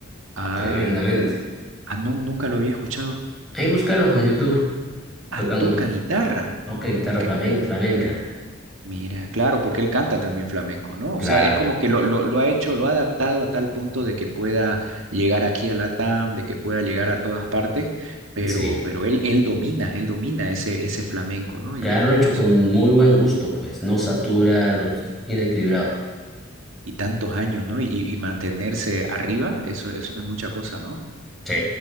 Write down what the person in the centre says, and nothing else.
tremendamente.
Ahí búscalo
en YouTube,
tocando,
toca guitarra
flamen- flamenca.
Claro,
sí.
Claro,
lo hecho
con muy buen gusto, pues. No satura, lo hecho bien equilibrado.
Sí.